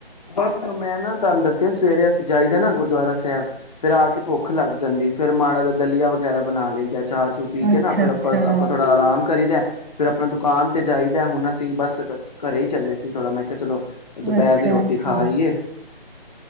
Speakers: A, on the left; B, on the right.
A: ਬਸ ਮੈਂ ਨਾ ਤੁਹਾਨੂੰ ਦੱਸਿਆ ਸਵੇਰੇ ਅਸੀਂ ਜਾਈਦਾ ਨਾ ਗੁਰਦੁਆਰਾ ਸਾਹਿਬ ਫੇਰ ਆ ਕੇ ਭੁੱਖ ਲੱਗ ਜਾਂਦੀ ਫੇਰ ਮਾੜਾ ਜ ਦਲੀਆ ਵਗੈਰਾ ਬਣਾ ਲਈ ਦਾ ਚਾਹ ਚੂ ਪੀ ਕੇ
B: ਅੱਛਾ
A: ਨਾ ਫੇਰ
B: ਅੱਛਾ
A: ਆਪਾਂ ਆਪਾਂ ਥੋੜਾ ਆਰਾਮ ਕਰੀ ਦਾ। ਫੇਿਰ ਆਪਣਾ ਦੁਕਾਨ ਤੇ ਜਾਈਦਾ ਹੁਣ ਅਸੀਂ ਬਸ ਘਰੇ ਹੀ ਚੱਲੇ ਸੀ ਥੋੜਾ ਮੈਂ ਕਿਹਾ ਚਲੋ ਦੁਪਹਿਰ
B: ਅੱਛਾ
A: ਦੀ ਰੋਟੀ
B: ਅੱਛਾ
A: ਖਾਈਏ।